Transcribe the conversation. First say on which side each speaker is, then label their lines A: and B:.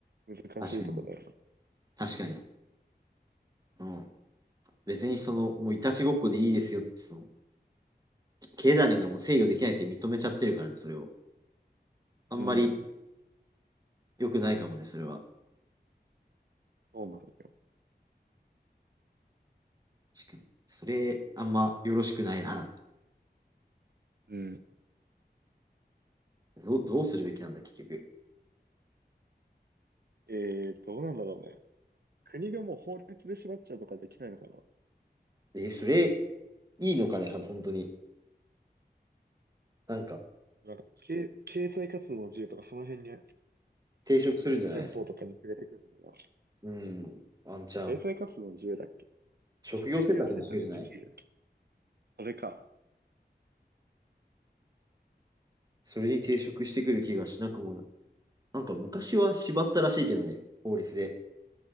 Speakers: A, on the right; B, on the right.
A: ら、難しいとこだよ
B: 確かに。確かに。うん。別にその、もういたちごっこでいいですよって、その、経団連がもう制御できないって認めちゃってるからね、それを。あんまり
A: な。うん。
B: 良くないかもね、それは。
A: そうなのよ。
B: 確かに。それ、あんまよろしくないな。
A: うん。
B: <laughs> どうどうするべきなんだ、結局。
A: えー、どうなんだろうね。国がもう法律で縛っちゃうとかできないのかな。
B: え、それ、いいのかね、本当に。なんか、
A: なんか、経、経済活動の自由とかその辺に、
B: 抵触するんじゃない
A: 憲法とかに触れてくるのかな。
B: うん、ワンチャン。
A: 経済活動の自由だっけ
B: 職業選択の授業じゃない
A: 職業選択の自由。それか。
B: それに抵触してくる気がしなくもない。なんか、昔は縛ったらしいけどね、法律で。